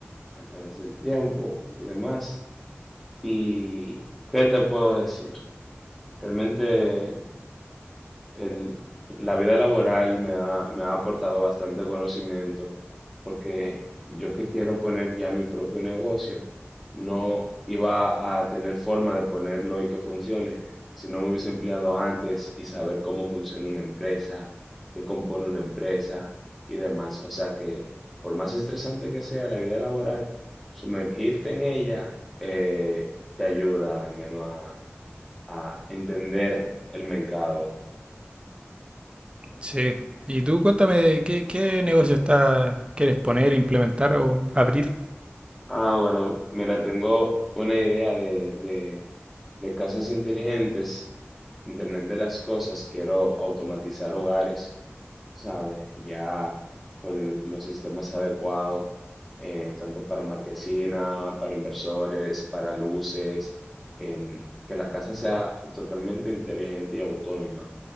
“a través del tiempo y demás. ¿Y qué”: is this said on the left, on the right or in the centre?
Centre